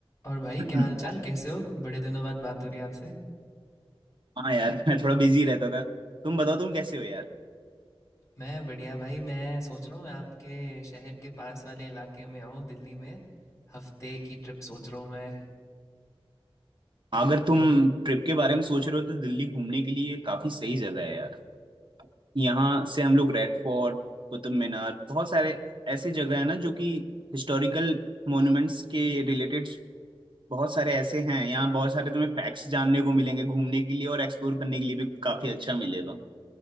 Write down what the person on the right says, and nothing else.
हम्म,
हाँ यार <laughs> मैं थोड़ा बिजी रहता था तुम बताओ तुम कैसे हो यार
अगर तुम ट्रिप के बारे में सोच रहे हो तो दिल्ली घूमने के लिए काफी सही जगह है यार यहाँ से हम लोग रेड फोर्ट कुतुब मीनार बहुत सारे ऐसे जगह है ना जो कि हिस्टोरिकल मॉन्यूमेंट्स के रिलेटेड बहुत सारे ऐसे हैं यहाँ बहुत सारे तुम्हें फैक्ट्स जानने को मिलेंगे घूमने के लिए और एक्सप्लोर करने के लिए भी काफी अच्छा मिलेगा